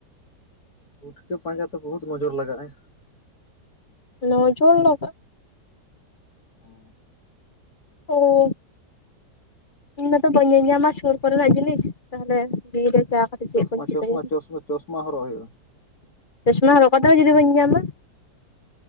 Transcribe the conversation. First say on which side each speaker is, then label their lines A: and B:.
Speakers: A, on the left (about 60°); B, on the left (about 30°).
A: ᱯᱩᱴᱠᱟᱹ ᱯᱟᱸᱡᱟ ᱛᱚ ᱵᱚᱦᱩᱛ ᱱᱚᱡᱚᱨ ᱞᱟᱜᱟᱜᱼᱟ᱾
B: ᱱᱚᱡᱚᱨ ᱞᱟᱜᱟᱜ
A: ᱦᱮᱸ
B: ᱚᱻ ᱤᱧ ᱢᱟᱛᱚ ᱵᱟᱹᱧ ᱧᱮ-ᱧᱟᱢᱟ ᱥᱩᱨ ᱠᱚᱨᱮᱱᱟᱜ ᱡᱤᱱᱤᱥ ᱛᱟᱦᱚᱞᱮ ᱵᱤᱨ ᱨᱮ ᱪᱟ ᱠᱟᱛᱮ ᱪᱮᱫ
A: ᱪᱚᱥᱢᱟ
B: ᱠᱚᱧ ᱪᱤᱠᱟᱹᱭᱟ
A: ᱪᱚᱥᱢᱟ ᱪᱚᱥᱢᱟ ᱪᱚᱥᱢᱟ ᱦᱚᱨᱚᱜ ᱦᱚᱭᱚᱜ-ᱟ᱾
B: ᱪᱚᱥᱢᱟ ᱦᱚᱨᱚᱜ ᱠᱟᱛᱮ ᱦᱚᱸ ᱡᱩᱫᱤ ᱵᱟᱹᱧ ᱧᱟᱢᱟ?